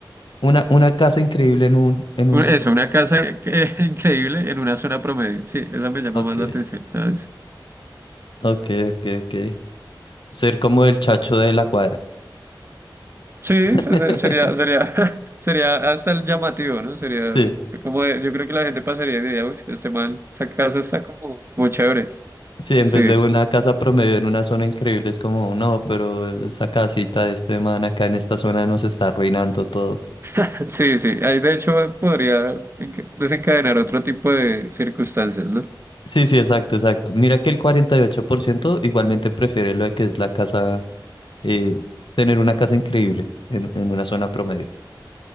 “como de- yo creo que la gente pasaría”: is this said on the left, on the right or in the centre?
Right